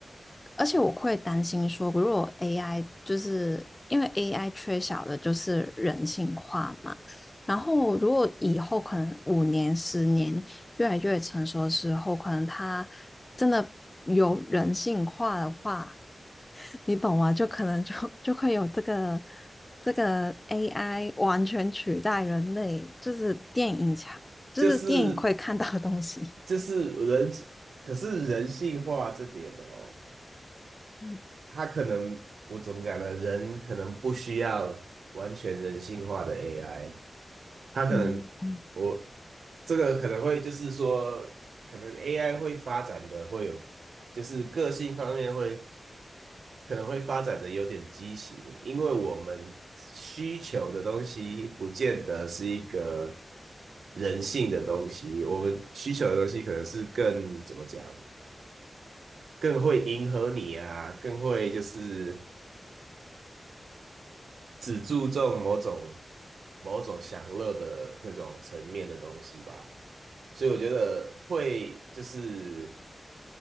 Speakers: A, on the left; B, on the right.
A: 而且我会担心说，如果 AI 就是因为 AI 缺少的就是人性化嘛。然后，如果以后可能五年、十年越来越成熟的时后，可能他真的有人性化的话，<laughs> 你懂吗？就可能就就会有这个这个 AI 完全取代人类，就是电影强，就是电影会看到的东西。
B: <laughs> 就是就是人。可是人性化这点哦，
A: 嗯
B: 他可能我怎么讲呢？人可能不需要完全人性化的 AI，他可能我
A: 嗯，嗯
B: 这个可能会就是说，可能 AI 会发展的会有，就是个性方面会可能会发展的有点畸形，因为我们需求的东西不见得是一个人性的东西，我们需求的东西可能是更怎么讲？更会迎合你啊，更会就是只注重某种某种享乐的那种层面的东西吧。所以我觉得会就是